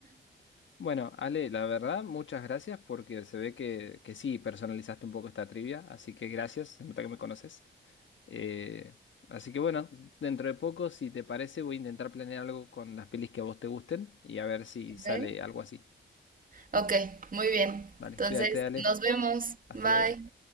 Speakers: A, on the left (about 70°); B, on the right (about 40°).
A: Bueno, Ale, la verdad, muchas gracias porque se ve que, que sí personalizaste un poco esta trivia, así que gracias, se nota que me conoces. Eh, así que bueno, dentro de poco, si te parece, voy a intentar planear algo con las pelis que a vos te gusten y a ver si
B: Ok,
A: sale algo así.
B: Ok, muy bien.
A: Vale,
B: Entonces,
A: cuídate, dale.
B: nos vemos.
A: Hasta
B: Bye.
A: luego.